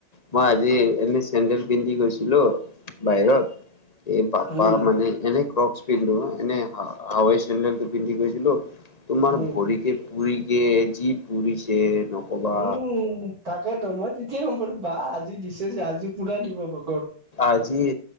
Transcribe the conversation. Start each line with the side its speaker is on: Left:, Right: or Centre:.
Left: মই আজি এনে চেণ্ডেল পিন্ধি গৈছো। হেল্ল বাহিৰত এই পাপা
Right: উম
Left: মানে এনেক। পিন্ধো এনে হ হাৱাই চেণ্ডেলটো পিন্ধি গৈছিলো তোমাৰ
Right: উম
Left: ভৰিকে পুৰি। কে যি পুৰিছে। নকবা
Right: উম থাকেতেতো মই তেতিয়াই হম পাৰলো বা আজি দিছে যে আজি পুৰা দিব বাৰু।
Left: আজি